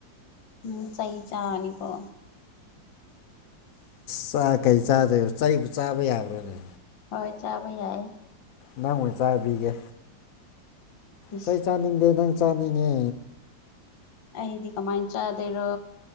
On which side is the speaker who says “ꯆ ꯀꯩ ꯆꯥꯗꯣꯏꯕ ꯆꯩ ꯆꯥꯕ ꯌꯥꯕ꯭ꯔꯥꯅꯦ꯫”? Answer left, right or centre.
Left